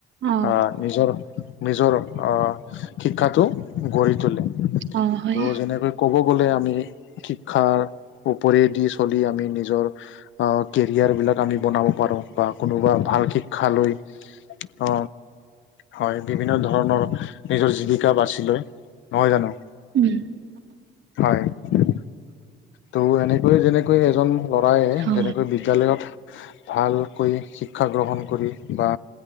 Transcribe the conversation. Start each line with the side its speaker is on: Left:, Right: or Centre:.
Right: অ
Left: আ নিজৰ নিজৰ অ শিক্ষাটো গঢ়ি তোলে।
Right: অ হয়
Left: ত' যেনেকৈ ক'ব গ'লে আমি শিক্ষাৰ ওপৰেদি চলি আমি নিজৰ অঁহ কেৰিয়াৰ বিলাক আমি বনাব পাৰো, বা কোনোবা ভাল শিক্ষা লৈ অ হয় বিভিন্ন ধৰণৰ নিজৰ যি জীৱিকা বাছি লৈ, নহয় জানো?
Right: উম
Left: হয়। ত' এনেকৈ যেনেকৈ এজন ল'ৰায়
Right: অ
Left: যেনেকৈ বিদ্যালয়ত ভালকৈ শিক্ষা গ্ৰহণ কৰি বা